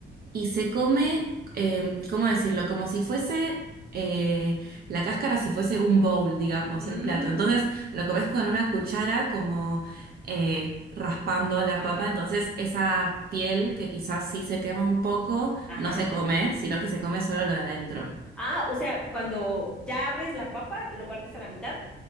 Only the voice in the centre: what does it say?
<laughs> Mmm,
ajá,
ajá.
Ah, o sea, cuando ya abres la papa, lo partes a la mitad